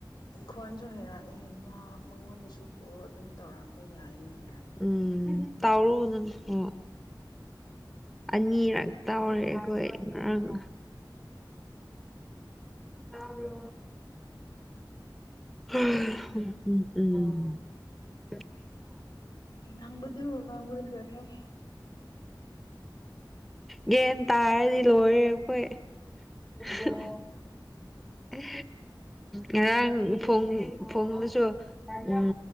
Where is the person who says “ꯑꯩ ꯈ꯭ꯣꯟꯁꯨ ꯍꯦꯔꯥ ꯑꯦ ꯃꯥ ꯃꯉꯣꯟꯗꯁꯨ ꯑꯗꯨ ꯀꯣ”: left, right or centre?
Left